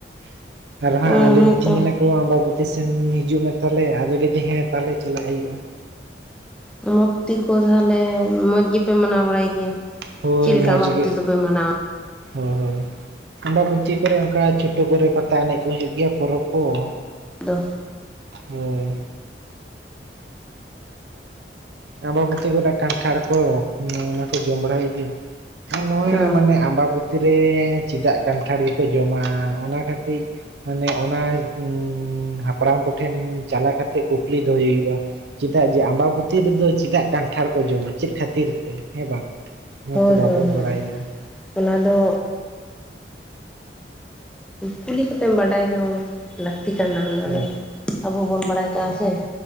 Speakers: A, on the right (about 65°); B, in the centre.
A: ᱾ ᱟᱨ ᱦᱟᱸᱜ
B: ᱚ
A: ᱟᱞᱮ
B: ᱦᱮᱸᱛᱚ
A: ᱢᱤᱛᱟᱹᱧ ᱠᱟᱱᱟ ᱠᱚ ᱟᱢ ᱵᱟᱵᱚᱛᱤ ᱥᱮᱱ ᱦᱤᱡᱩᱜ ᱢᱮ ᱛᱟᱦᱞᱮ ᱟᱫᱚ ᱞᱟᱹᱭᱟᱹ ᱦᱮᱸ ᱛᱟᱦᱞᱮ ᱪᱟᱞᱟᱜ ᱦᱩᱭᱩᱜᱼᱟ ᱾
B: ᱟᱢᱵᱟᱵᱚᱛᱤ ᱠᱚ ᱛᱟᱦᱚᱞᱮ ᱢᱚᱸᱡᱽ ᱜᱮᱯᱮ ᱢᱟᱱᱟᱣ ᱵᱟᱲᱟᱭ ᱜᱮᱭᱟ?
A: ᱦᱳᱭ
B: ᱪᱮᱫ ᱞᱮᱠᱟ
A: ᱢᱚᱡᱽ
B: ᱟᱢᱵᱟᱵᱚᱛᱤ
A: ᱜᱮ,
B: ᱫᱚᱯᱮ ᱢᱟᱱᱟᱣᱟ
A: ᱦᱳ ᱦᱳ ᱾ ᱟᱢᱵᱟᱵᱚᱛᱤ ᱠᱚᱨᱮ ᱚᱱᱠᱟ ᱪᱷᱳᱴᱳ ᱠᱚᱨᱮ ᱯᱟᱛᱟ ᱮᱱᱮᱡ ᱠᱚ ᱦᱩᱭᱩᱜ ᱜᱮᱭᱟ ᱯᱚᱨᱚᱵᱽ ᱠᱚ ᱾
B: ᱫᱚᱼᱼ
A: ᱦᱳᱭ ᱾ ᱟᱸᱵᱟᱵᱚᱛᱤ ᱠᱚᱨᱮ ᱠᱟᱱᱴᱷᱟᱲ ᱠᱚ ᱚᱱᱟ ᱠᱚ ᱡᱚᱢ ᱵᱟᱲᱟᱭ ᱦᱩᱭᱩᱜ ᱜᱮᱭᱟ ‌᱾ ᱟᱨ ᱱᱚᱣᱟ
B: ᱚ
A: ᱢᱟᱱᱮ ᱟᱢᱵᱟᱵᱚᱛᱤ ᱨᱮ ᱪᱮᱫᱟᱜ ᱠᱟᱱᱴᱷᱟᱲ ᱜᱮᱠᱚ ᱡᱚᱢᱟ ᱚᱱᱟ ᱠᱟᱴᱤᱡ ᱢᱟᱱᱮ ᱚᱱᱟ ᱩᱸᱻ ᱦᱟᱯᱲᱟᱢ ᱠᱚᱴᱷᱮᱱ ᱪᱟᱞᱟ ᱠᱟᱛᱮᱜ ᱠᱩᱠᱞᱤ ᱫᱚᱦᱚᱭ ᱦᱩᱭᱩᱜᱼᱟ ᱾ ᱪᱮᱫᱟᱜ ᱡᱮ ᱟᱢᱵᱟᱵᱩᱛᱤ ᱨᱮᱫᱚ ᱪᱮᱫᱟᱜ ᱠᱟᱱᱴᱷᱟᱲ ᱠᱚ ᱡᱚᱢᱟ ᱪᱮᱫ ᱠᱷᱟᱹᱛᱤᱨ ᱛᱮ ᱦᱮᱸ ᱵᱟᱝ ᱾ ᱱᱚᱣᱟ
B: ᱦᱳᱭ
A: ᱛᱚ ᱵᱟᱵᱚᱱ
B: ᱦᱳᱭ ᱦᱳᱭ
A: ᱵᱟᱲᱟᱭᱟ ᱾
B: ᱚᱱᱟ ᱫᱚ ᱠᱩᱞᱤ ᱠᱟᱛᱮᱢ ᱵᱟᱰᱟᱭ ᱡᱚᱝ ᱞᱟᱹᱠᱛᱤ ᱠᱟᱱᱟ ᱚᱱᱟ
A: ᱦᱳᱭ
B: ᱫᱚ ᱾ ᱟᱵᱚ ᱵᱚᱱ ᱵᱟᱲᱟᱭ ᱠᱟᱜᱼᱟ ᱥᱮ ᱾